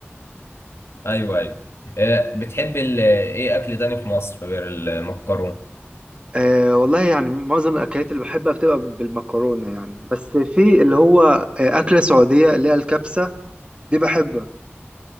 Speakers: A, on the left (about 70°); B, on the right (about 25°).
A: ايوه ايوه آه، بتحب ال- ايه اكل تاني في مصر غير المكرونه
B: أه والله يعني معظم الأكلات اللي بحبها بتبقى بالمكرونة يعني بس في اللي هو آه، أكلة سعودية اللي هي الكبسة دي بحبها